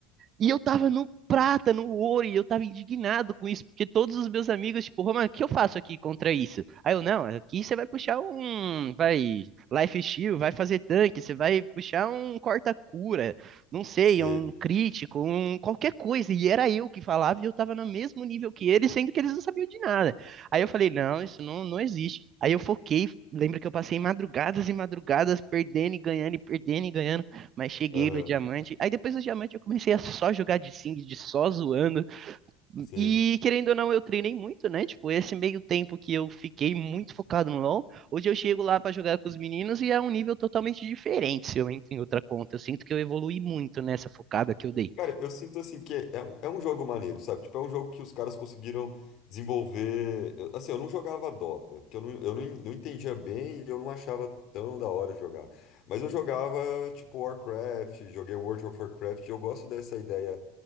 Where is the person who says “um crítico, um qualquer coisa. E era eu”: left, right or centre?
Right